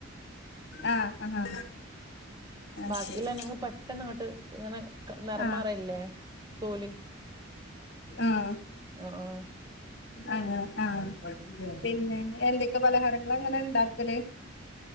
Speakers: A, on the left; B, on the right.
A: ആഹ് ആഹാ ആഹ്
B: ബാക്കിയുള്ള
A: ശരി
B: അനങ്ങ് പെട്ടെന്ന് അങ്ങോട്ട് ഇങ്ങനെ നെറം
A: ആഹ്
B: മാറല്ലേ തോല്
A: ആഹ
B: ആ ആ
A: അങ്ങനെ ആ പിന്നെ എന്തൊക്കെ പലഹാരങ്ങള അങ്ങനെ ഉണ്ടാക്കല്?